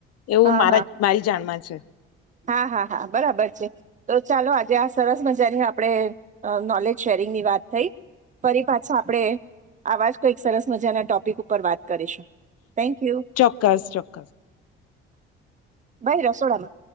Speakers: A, on the left (about 55°); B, on the right (about 25°).
A: એવું
B: હા
A: મા
B: હા
A: મારી જાણમાં છે.
B: હા હા હા બરાબર છે તો ચાલો આજે આ સરસ મજાની આપણે નોલેજ શેરિંગ ની વાત થઈ ફરી પાછા આપણેે આવા જ કઈક સરસ મજાના ટોપિક ઉપર વાત કરીશું થેન્ક યુ
A: ચોક્કસ ચોક
B: ભઈ રસોડા. <inaudible>